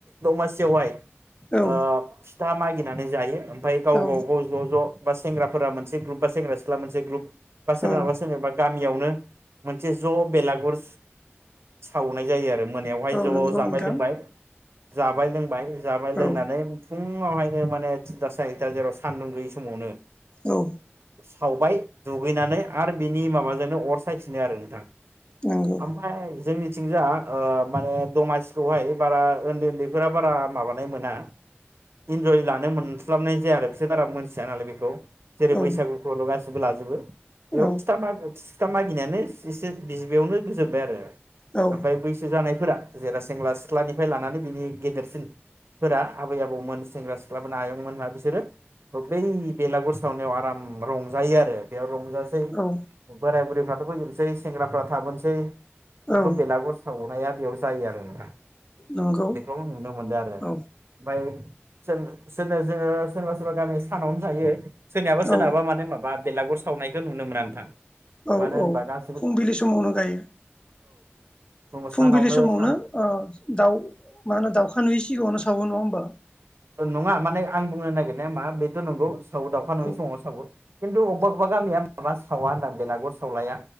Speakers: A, on the right (about 70°); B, on the left (about 25°).
A: दमासियावहाय
B: औ
A: ओ फिथा मागिनानै जायो ओमफाय गाव
B: औ
A: गाव गाव ज' ज' बा सेंग्राफोरा मोनसे ग्रुप बा सेंग्रा सिख्ला मोनसे ग्रुप बा सोरनाबा
B: औ
A: सोरनाबा गामियावनो मोन मोनसे ज' बेलागुर सावनाय जायो आरो, मोनायावहाय
B: औ
A: ज'
B: नंगौ
A: जाबाय
B: नोंथां
A: लोंबाय जाबाय लोंबाय जाबाय लोंनानै
B: औ
A: फुं फुङावहायनो माने थिनथा सारिथा जेराव सान्दुं गैयै समावनो
B: औ
A: ओ खावबाय दुगैनानै आरो बिनि माबाजोंनो अर सायफिनो आरो। दा
B: नंगौ
A: ओमफ्राय जोंनिथिंजा माने दमासिखौहाय बारा उन्दै उन्दैफोरा बारा माबानाय मोना इन्जय लानो मोनस्लाबनाय जाया आरो बिसोर बारा मोनथिया नालाय बेखौ जेरै
B: औ
A: बैसागुखौ लुगासिनो <unintelligible> बो लाजोबो एव
B: औ
A: फिथा मागो ता मागिनायानोस एसे बिसबेयावनो गोजोबबाय आरो
B: औ
A: ओमफ्राय बैसो जानायफोरा जेरा सेंग्रा सिख्लानिफ्राय लानानै बिनि गेदेरसिन फोरा आबै आबौमोन सेंग्रा सिख्लाफोर आयंमोना बिसोरो बै बेलागुर सावनायाव आराम रंजायो आरो बेयाव रं जासै
B: औ
A: बोराय बुरैफ्राथ' फै सै सेंग्राफ्रा थाबोनसै बेखौ
B: औ
A: बेलागर सावो नाया बेयाव जायो आरो नोंथां
B: नंगौ
A: बेखौ नुनो मोनदों आरो
B: औ
A: ओमफ्राय जों सोनो जोङो सोरबा सोरबा गामि सानावनो थायो सोरनियाबा सोरनाबा
B: औ
A: माने माबा बेलागुर सावनायखौ नुनो मोना नोंथां
B: औ
A: मानो
B: औ
A: होनबा गास
B: फुंबिलि समावनो गायो
A: जों
B: फुंबिलि
A: सानावनो
B: समावनो
A: सान
B: ओ दाउ मा होनो दाउखा नुयै सिगाङावनो सावो नङा हो होमबा
A: नङा माने आं बुंनो नागिरनाया मा बेथ' नंगौ सावो दावखा नङै
B: औ
A: समाव सावो खिन्थु अबेबा अबेबा गियाबा सावा होनदों बेलागुर सावलाया